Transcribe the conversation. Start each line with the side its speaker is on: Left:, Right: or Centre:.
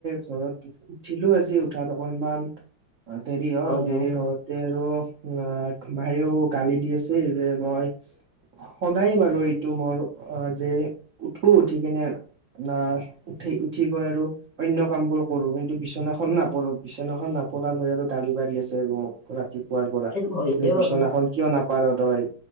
Right: ঘৰত উঠিলোঁ আজি উঠাত অকনমান আ দেৰি হ'ল,
Left: হয়,
Right: দেৰি
Left: হয়
Right: হওঁতে আৰু উম, আ- মায়েও গালি দি আছে যে মই সদায় বাৰু এইটো মোৰ অ', যে উঠো উঠি কিনে না উঠি উঠি গৈ আৰু অন্য কামবোৰ কৰোঁ। কিন্তু বিচনাখনো নাপাৰোঁ বিচনাখন নাপ <unintelligible> লৈ আৰু গালি পাৰি আছে মোক। ৰাত তিপুৱাৰ পৰা
Left: এইটো হয়ে
Right: এই বিচনাখন
Left: বাৰু।
Right: কিয় নাপাৰ তই?